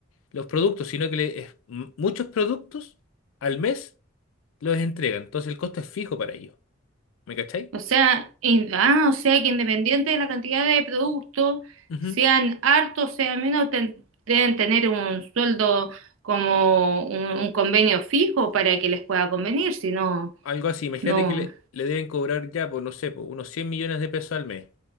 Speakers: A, on the left; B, on the right.
A: los productos, sino que le- es- m- muchos productos al mes los entregan. Entonces el costo es fijo para ellos. ¿Me cacháis?
B: O sea, in- ah, o sea que independiente de la cantidad de productos,
A: Ujú.
B: sean hartos, sean menos, ten- deben tener un sueldo como un, un convenio fijo para que les pueda convenir, si no,
A: Algo así. Imagínate
B: no.
A: que le, le deben cobrar ya, pues no sé, pues, unos 100 millones de pesos al mes.